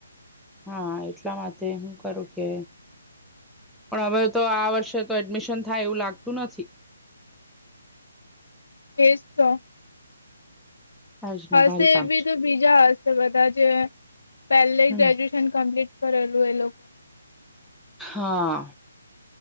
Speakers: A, in the centre; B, on the left.
A: હા એટલા માટે હું કરું કે પણ હવે તો આ વર્ષે તો એડમિશન થાય એવું. લાગતું નથી
B: એજ તો.
A: આજ ને
B: હશે
A: ભારે
B: એ
A: કામ
B: બી
A: છે
B: તો બીજા હશે બધા જે પહેલે
A: હમ
B: ગ્રેજ્યુએશ કમ્પ્લીટ કરેલું એ લોકો
A: હા